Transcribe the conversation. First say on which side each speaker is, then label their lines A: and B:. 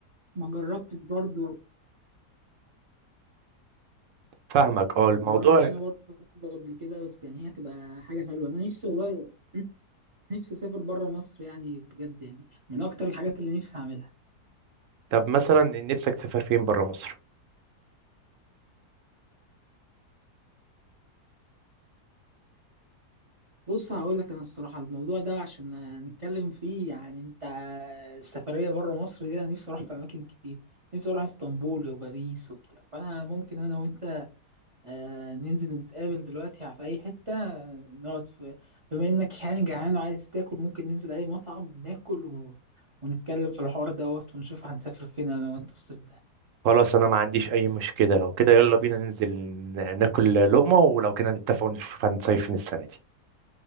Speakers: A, on the right (about 50°); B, on the right (about 70°).
A: ما جربتش برضه
B: فاهمك اه الموضوع
A: ما جربتش أنا برضه قبل كده بس يعني هي تبقى حاجة حلوة أنا نفسي والله <clears throat> نفسي أسافر بره مصر يعني بجد يعني من أكتر الحاجات اللي نفسي أعملها
B: طب مثلا نفسك تسافر فين بره مصر
A: بص هقول لك أنا الصراحة الموضوع ده عشان نتكلم فيه يعني أنت السفرية بره مصر دي أنا نفسي أروح في أماكن كتير نفسي أروح اسطنبول وباريس وبتاع فأنا ممكن أنا وأنت آه ننزل نتقابل دلوقتي في أي حتة آه، نقعد في بما إنك يعني جعان وعايز تاكل ممكن ننزل أي مطعم ناكل و... ونتكلم في الحوار دوت ونشوف هنسافر فين أنا وأنت الصيف ده
B: خلاص انا ما عنديش اي مشكلة لو كده يلا بينا ننزل ن- ناكل لقمة ولو كده نتفق ونشوف هنصيف فين السنة دي